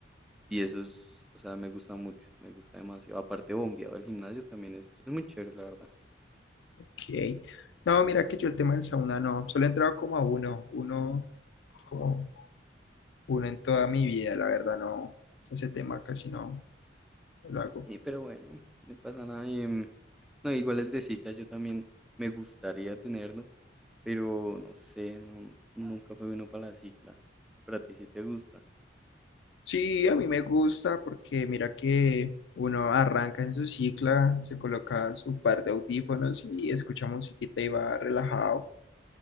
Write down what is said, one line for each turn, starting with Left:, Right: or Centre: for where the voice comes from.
Centre: Y eso es, o sea, me gusta mucho, me gusta demasiado. Aparte, bombeado el gimnasio también es, ch- es muy chévere, la verdad.
Left: ok. No, mira que yo el tema del sauna no. Solo he entrado como a uno, uno, como uno en toda mi vida, la verdad, no. Ese tema casi no no lo hago.
Centre: Y pero bueno, no pasa nada. y, em, No, igual el de cicla yo también me gustaría tenerlo, pero no sé, no, nunca fue bueno para la cicla. Pero a ti sí te gusta.
Left: Sí, a mí me gusta porque mira que uno arranca en su cicla, se coloca su par de audífonos y escucha musiquita y va relajado.